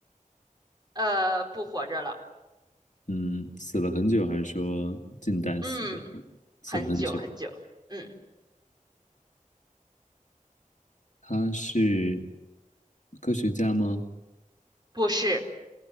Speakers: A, on the right; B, on the left.
A: 呃，不活着了，
B: 嗯，死了很久，还是说近代死的？
A: 嗯，
B: 死了很久，
A: 很久很久，嗯，
B: 他是科学家吗？
A: 不是，